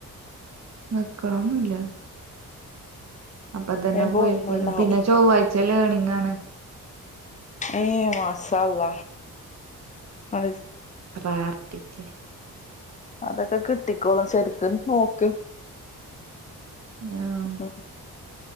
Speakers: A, on the right; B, on the left.
A: നിക്കണംന്നുല്ല അപ്പൊതന്നെ
B: ഞാൻ
A: പോയി
B: പോരുന്നുണ്ടാവും
A: പോരും പിന്നെ ചൊവ്വാഴ്ച ലേണിംഗ് ആണ്
B: ഏ മാഷാ അള്ള അ
A: പ്രാർത്ഥിച്ചെ
B: അതൊക്കെ കിട്ടിക്കോളും ശരിക്ക് നോക്ക്
A: ആഹ്
B: ഉം